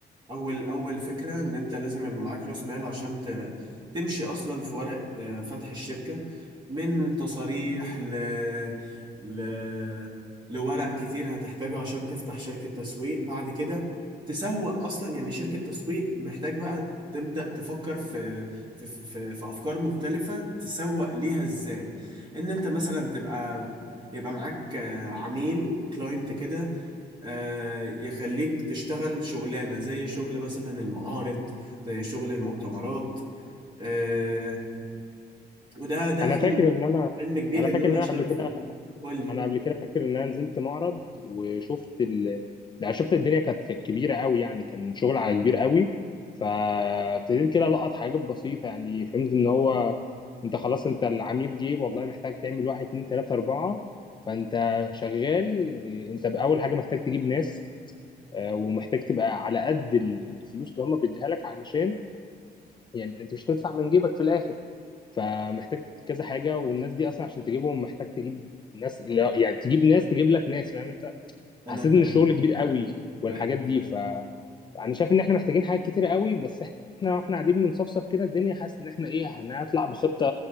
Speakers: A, on the right (about 25°); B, on the left (about 25°).
A: اول اول فكره ان انت لازم يبقى معاك راس مال عشان ت- تمشي اصلا في ورق آه، فتح الشركه من تصاريح ل... ل... لورق كتير هتحتاجه عشان تفتح شركه تسويق بعد كده تسوق اصلا يعني شركه تسويق محتاج بقى تبدأ تفكر في في في في افكار مختلفه تسوق ليها ازاي ان انت مثلا تبقى يبقى معاك عميل كلاينت كده آه، يخليك تشتغل شغلانة زي شغل مثلا المعارض زي شغل المؤتمرات آه، وده ده
B: انا
A: حلم
B: فاكر ان انا
A: حلم كبير
B: انا فاكر
A: ان انا
B: ان انا
A: اشتغل
B: قبل كده
A: فيه قول لي
B: انا قبل كده فاكر ان انا نزلت معرض وشفت ال... يعني شفت الدنيا كانت كانت كبيره قوي يعني كان شغل على كبير قوي فابتديت كده لقط حاجات بسيطه يعني فهمت ان هو انت خلاص انت العميل جه والله محتاج تعمل واحد اتنين تلاته اربعه فانت شغال انت باول حاجه محتاج تجيب ناس آه، ومحتاج تبقى على قد ال- الفلوس اللي هم بيديها لك علشان يعني انت مش هتدفع من جيبك في الاخر فمحتاج كذا حاجه والناس دي اصلا عشان تجيبهم محتاج تجيب ناس لا، يعني تجيب ناس تجيب لك ناس فاهم انت حسيت
A: انا فاهم
B: ان الشغل كبير قوي والحاجات
A: ايوه
B: دي
A: فاهم
B: فانا شايف ان احنا محتاجين حاجات كتير قوي بس احنا واحنا قاعدين بنصفصف كده الدنيا حاسس ان احنا ايه هنطلع بخطه